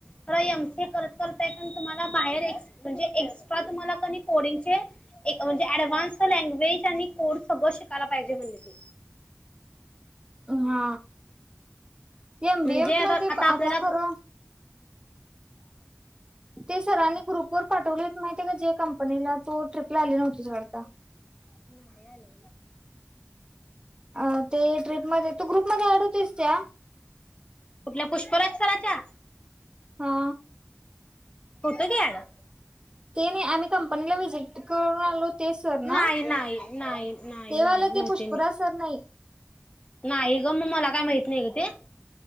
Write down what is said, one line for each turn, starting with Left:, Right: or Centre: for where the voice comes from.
Left: खर एम सी ए करत करत त्यातुन तुम्हाला बाहेर म्हणजे एक्स्ट्रा म्हणजे तुम्हाला कणी कोडिंगचे म्हणजे ऍडव्हान्स कोर्स लँग्वेज आणि कोड सगळं शिकायला पाहिजे म्हणले ते
Right: हा एम
Left: म्हणजे
Right: बीए
Left: आता
Right: मध्ये
Left: आपल्याला
Right: आता खरं ते सरानी ग्रुपवर पाठवले माहितीय का जे कंपनीला तू ट्रिपला आली नव्हती वाटत
Left: नाही आले
Right: अ ते ट्रीपमध्ये तू ग्रुपमध्ये अँड होतीस त्या
Left: आपल्या पुष्पराज सराच्या
Right: हा
Left: होतो की ऍड
Right: ते नाही आम्ही कंपनीला विजीट करून आलो ते सर
Left: नाही
Right: ना
Left: नाही
Right: तेवाले
Left: नाही नाही नाही नव्हते
Right: ते पुष्पराज
Left: मी
Right: सर नाही
Left: नाही गं म मला काय माहित <inaudible>